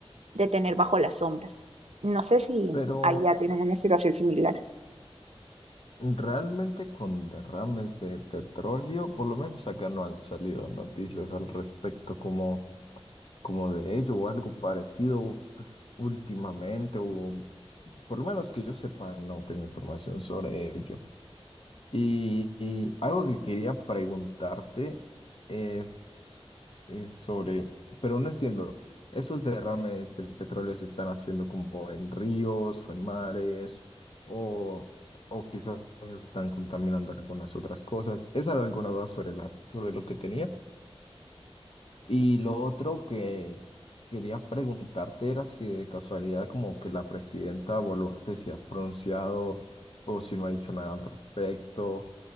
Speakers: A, on the right; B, on the left.
A: de tener bajo las sombras. No sé si
B: Pero
A: allá tienen una situación similar.
B: Realmente con derrames de petróleo, por lo menos acá no han salido noticias al respecto como, como de ello o algo parecido, pues últimamente, o por lo menos que yo sepa, no tengo información sobre ello. Y, y algo que quería preguntarte es, es sobre, pero no entiendo, ¿esos derrames del petróleo se están haciendo como en ríos o en mares o, o quizás están contaminando algunas otras cosas? Esa era alguna duda sobre la, sobre lo que tenía. Y lo otro que quería preguntarte era si de casualidad como que la presidenta Boluarte se ha pronunciado o si no ha dicho nada al respecto